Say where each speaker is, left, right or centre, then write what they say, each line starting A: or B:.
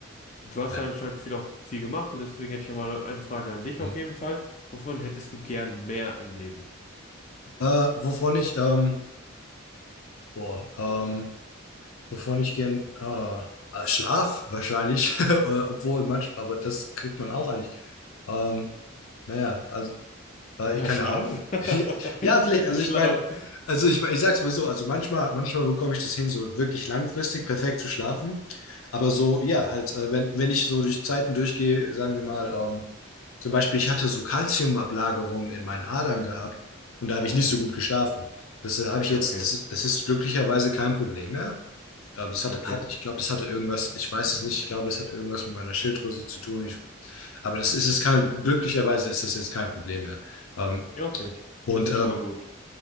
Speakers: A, on the left; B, on the left.
A: Du hast
B: ja.
A: ja anscheinend viel auch viel gemacht und deswegen hätte ich ja mal eine Frage an dich
B: Hm.
A: auf jeden Fall. Wovon hättest du gern mehr im Leben?
B: Äh, wovon ich, ähm, boah, ähm, wovon ich gern, äh, äh, Schlaf wahrscheinlich, <laughs> äh, obwohl manchmal, aber das kriegt man auch eigentlich. Ähm, naja, also Äh,
A: Ja,
B: keine
A: Schlaf.
B: Ahnung.
A: <laughs>
B: <laughs> Ja, ja, vielleicht, also
A: Schlaf.
B: ich meine, also ich, ich sag's mal so, also manchmal, manchmal bekomme ich das hin, so wirklich langfristig perfekt zu schlafen.
A: Mhm.
B: Aber so, ja, halt, äh, wenn, wenn ich so durch Zeiten durchgehe, sagen wir mal, ähm, zum Beispiel, ich hatte so Kalziumablagerungen in meinen Adern gehabt und da habe
A: Oh,
B: ich nicht so gut geschlafen. Das äh, habe ich
A: ja,
B: jetzt,
A: okay.
B: das ist, das ist glücklicherweise kein Problem mehr. Ja, aber das hat,
A: Okay.
B: hat, ich glaube, das hatte irgendwas, ich weiß es nicht, ich glaube, das hat irgendwas mit meiner Schilddrüse zu tun. Ich, aber das ist es kein, glücklicherweise ist das jetzt kein Problem mehr. Ähm,
A: Ja, okay.
B: und
A: Das ist
B: ähm,
A: schon mal gut.